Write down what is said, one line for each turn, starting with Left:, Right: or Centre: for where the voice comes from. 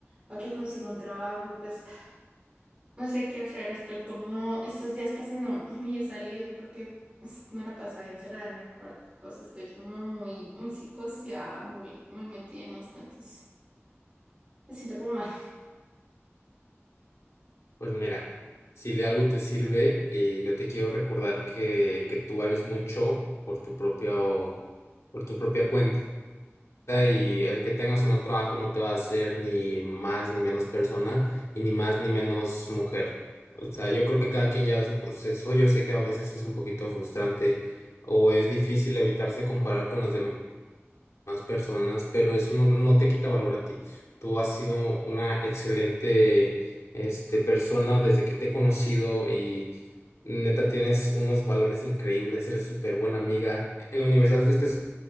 Right: para que consiga un trabajo, y pues <sighs> no sé qué hacer, estoy como, estos días pues no, <laughs> ni he salido porque pues, me la pasaba encerrada en el cuarto, o sea, estoy como muy, muy psicoseada, muy, muy metida en esto, entonces me siento como mal.
Left: Pues mira, si de algo te sirve, eh, yo te quiero recordar que, que tú vales mucho por tu propio, por tu propia cuenta y el que tengas o no trabajo no te va a hacer ni más ni menos persona y ni más ni menos mujer. O sea, yo creo que cada quien lleva su proceso. Yo sé que a veces es un poquito frustrante o es difícil evitarse comparar con las demás más personas, pero eso no, no te quita valor a ti. Tú has sido una excelente, este, persona desde que te he conocido y neta tienes unos valores increíbles, eres súper buena amiga. En la universidad fuiste